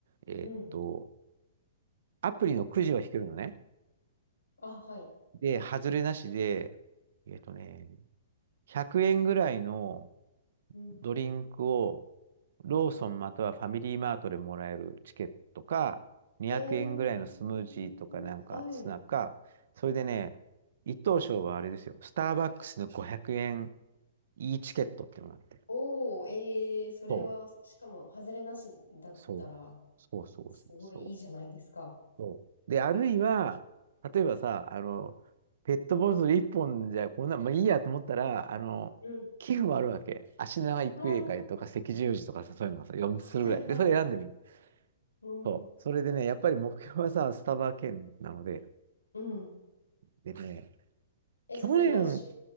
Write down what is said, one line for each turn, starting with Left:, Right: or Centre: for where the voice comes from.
Right: えーっと、
Left: うん。
Right: アプリのくじを引けるのね。
Left: あ、はい。
Right: で、外れなしで、えっとね、100円ぐらいの
Left: うん。
Right: ドリンクをローソンまたはファミリーマートでもらえるチケットか、200円ぐらいのスムージーとかなんかツナか、
Left: えー、はい。
Right: それでね、一等賞はあれですよ、スターバックスの500円いいチケットっていうのがあって。
Left: おお、えー、それは、
Right: そ
Left: しかも、外れなしだったら、
Right: う、そう、そうそうそうそう。
Left: すごいいいじゃないですか。
Right: そう。で、あるいは、例えばさ、あの、ペットボトル一本じゃこんな、まあいいやと思ったら、あの、
Left: うん。
Right: 寄付もあるわけ。足長育英会とか赤十字とかさ、
Left: あー
Right: そういうのがさ、4つするぐらい。
Left: あ、はい、はい。
Right: で、それ選んでみる。
Left: うん。
Right: そう。それでね、やっぱり目標はさ、スタバ券なので、
Left: うん。
Right: でね、
Left: え、
Right: 去年、
Left: じゃあ、それ、毎週聞